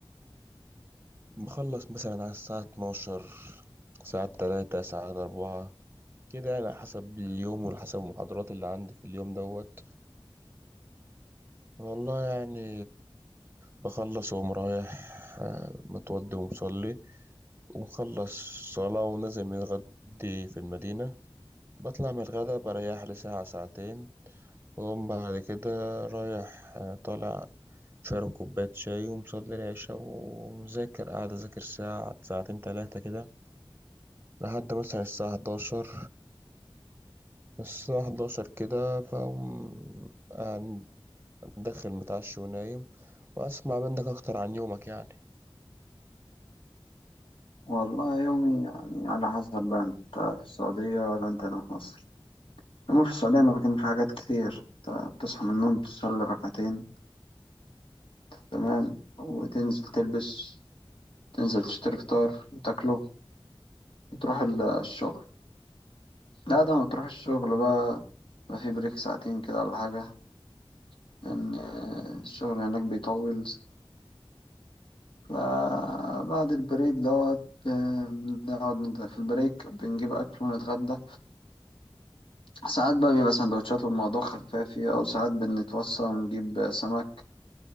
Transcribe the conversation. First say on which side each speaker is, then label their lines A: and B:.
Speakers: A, on the right; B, on the left.
A: بخلص مثلا على الساعة اتناشر ساعات تلاتة ساعات أربعة كده يعني على حسب اليوم وحسب المحاضرات اللي عندي في اليوم دوت والله يعني بخلص وأقوم رايح آه، متوضي ومصلي ومخلص صلاة ونازل متغدي في المدينة بطلع من الغدا بريح لي ساعة ساعتين وأقوم بعد كده رايح آه، طالع شارب كوباية شاي ومصلي العشاء ومذاكر قاعد أذاكر ساعة ساعتين تلاتة كده لحد مثلا الساعة 11 الساعة 11 كده بقوم قاعد داخل متعشي ونايم وأسمع منك أكتر عن يومك يعني
B: والله يومي يعني على حسب بقى أنت في السعودية ولا أنت هنا في مصر أما في السعودية ما كان في حاجات كتير أنت بتصحى من النوم تصلي ركعتين تمام وتنزل تلبس تنزل تشتري فطار وتاكله وتروح ال- الشغل لا ده ما تروح الشغل بقى بقى في بريك ساعتين كده ولا حاجة لأن آه، الشغل هناك بيطول فبعد البريك دوت آه، بنقعد ند- في البريك بنجيب أكل ونتغدى ساعات بقى بيبقى سندوتشات والموضوع خفافي أو ساعات بنتوصى ونجيب سمك